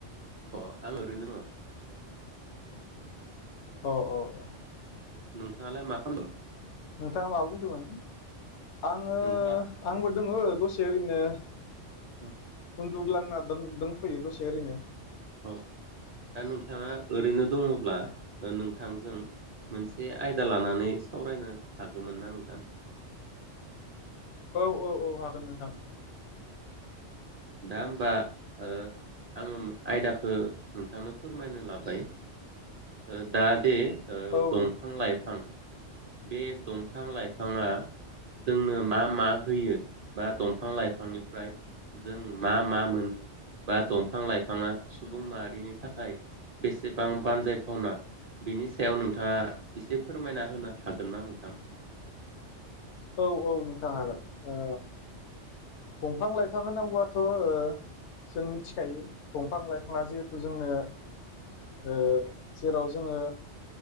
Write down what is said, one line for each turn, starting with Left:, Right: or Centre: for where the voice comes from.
Right: अ आं ओरैनो दङ
Left: अ अ अ
Right: नोंथाङालाय मा खालामदों?
Left: नोंथाङा मा बुंदोंमोन? आङो
Right: नोंथाङा
Left: आंबो दोङो। दसे ओरैनो
Right: <inaudible>
Left: उन्दुग्लांना दों-दोंथयो दसे ओरैनो।
Right: अ दा नोंथाङा ओरैनो दङब्ला ओ नोंथांजों मोनसे आयदा लानानै सावरायनो हागौमोन ना नोंथां?
Left: औ औ औ हागोन नोंथां।
Right: दा होमबा ओ आङो आयदाखौ नोंथांनो फोरमायनो लाबाय ओ दा दे ओ
Left: औ
Right: दंफां
Left: नोंथां
Right: लाइफां बे दंफां लाइफाङा जोंनो मा मा होयो बा दंफां लाइफांनिफ्राय जों मा मा मोनो बा दंफां लाइफाङा सुबुं माहारिनि थाखाय बेसेबां बानजायथावना बिनि सायाव नोंथाङा एसे फोरमायना होनो हागोन ना नोंथां?
Left: औ औ नोंथां हागोन। ओ दंफां लाइफां होनांगौआथ' ओ जों मिथिखायो दंफां लाइफाङा जिहेथु जोंनो ओ जेराव जोङो